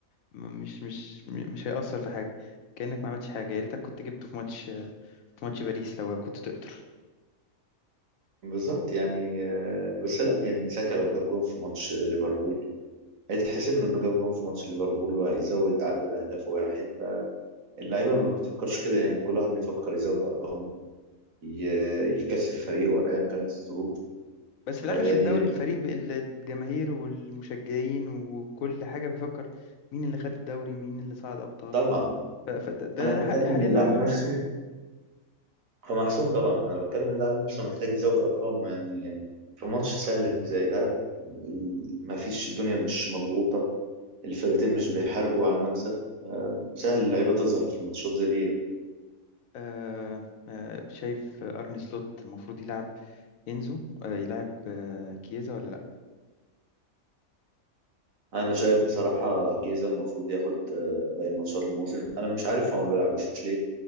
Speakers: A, on the left; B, on the right.
A: م- مش مش م- مش هيأثر في حاجة كأنك ما عملتش حاجة يا ريتك كنت جبته في ماتش آه، في ماتش باريس لو كنت تقدر
B: بالظبط يعني آه، بس لا يعني ساكا لو جاب جون في ماتش ليفربول هيتحسب له إنه جاب جون في ماتش ليفربول وهيزود عدد أهدافه واحد اللعيبة ما بتفكرش كده يعني كل واحد بيفكر يزود أرقامه ي- يكسب فريقه أيا كانت الظروف
A: بس في الآخر
B: فيعني
A: في الدوري الفريق بال- الجماهير والمشجعين وكل حاجة بيفكر مين اللي خد الدوري مين اللي صعد أبطال
B: طبعا
A: فده
B: أنا بتكلم
A: حاليا
B: إن اللاعب
A: نوعا ما
B: نفسه
A: محسوم
B: هو محسوم طبعا أنا بتكلم إن اللاعب نفسه محتاج يزود أرقامه يعني في ماتش سهل زي ده ما فيش الدنيا مش مضغوطة الفرقتين مش بيحاربوا على المكسب آه، سهل اللعيبة تظهر في الماتشات زي دي
A: آه، آه، شايف آه، أرني سلوت المفروض يلعب إنزو آه، يلعب آه، كيزا ولا
B: أنا شايف بصراحة جيزة المفروض ياخد آه، باقي ماتشات الموسم أنا مش عارف هو ما بيلعبوش ليه